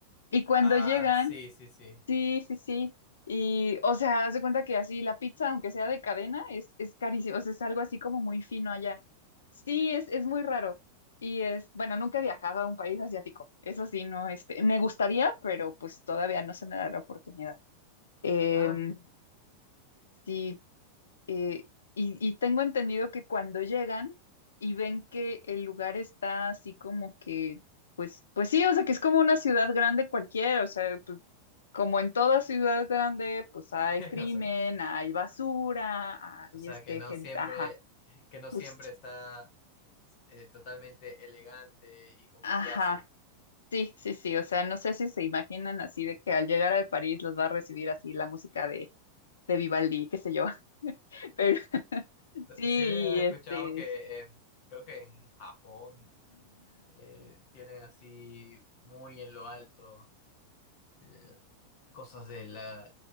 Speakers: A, on the left; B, on the left.
A: Y cuando
B: Ah,
A: llegan,
B: sí, sí, sí.
A: Sí, sí, sí. Y, o sea, haz de cuenta que así la pizza, aunque sea de cadena, es, es carísimo. O sea, es algo así como muy fino allá. Sí, es, es muy raro. Y es, bueno, nunca he viajado a un país asiático. Eso sí, no, este, me gustaría, pero pues todavía no se me da la oportunidad. Em,
B: Ah,
A: sí. Eh, y, y tengo entendido que cuando llegan y ven que el lugar está así como que, pues, pues sí, o sea, que es como una ciudad grande cualquiera, o sea, pues como en toda ciudad grande, pues hay
B: <laughs>
A: crimen,
B: o sea,
A: hay basura, hay
B: o sea,
A: este
B: que no
A: gente,
B: siempre,
A: ajá,
B: que no
A: justo,
B: siempre está eh, totalmente elegante y con
A: ajá.
B: clase.
A: Sí, sí, sí, o sea, no sé si se imaginan así de que al llegar a París los va a recibir así la música de, de Vivaldi, qué sé yo, <laughs> pero <laughs> sí,
B: Sí había escuchado
A: este,
B: que
A: es-
B: en- creo que en Japón eh, tienen así muy en lo alto eh, cosas de la,